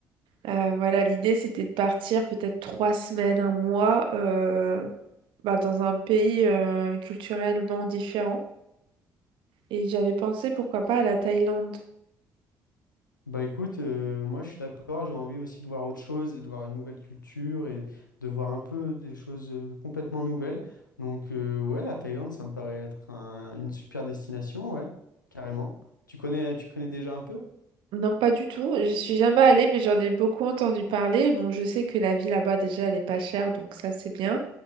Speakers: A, on the right (about 55°); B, on the left (about 85°).
A: Euh, voilà, l'idée c'était de partir peut-être trois semaines, un mois, euh, bah, dans un pays euh, culturellement différent. Et j'avais pensé pourquoi pas à la Thaïlande.
B: Bah écoute, euh, moi je suis d'accord, j'ai envie aussi de voir autre chose et de voir une nouvelle culture et de voir un peu des choses euh, complètement nouvelles. Donc euh, ouais, la Thaïlande, ça me paraît être un- une super destination, ouais, carrément. Tu connais, tu connais déjà un peu?
A: Non, pas du tout. J'y suis jamais allée, mais j'en ai beaucoup entendu parler. Bon, je sais que la vie là-bas, déjà, elle est pas chère, donc ça, c'est bien.